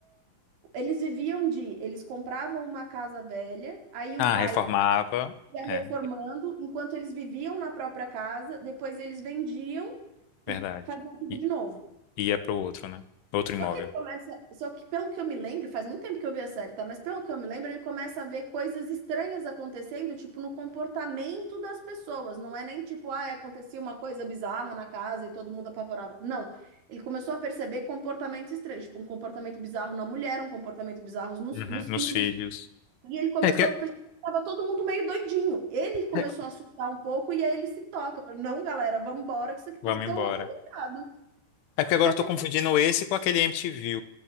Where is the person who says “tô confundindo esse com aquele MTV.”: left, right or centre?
Left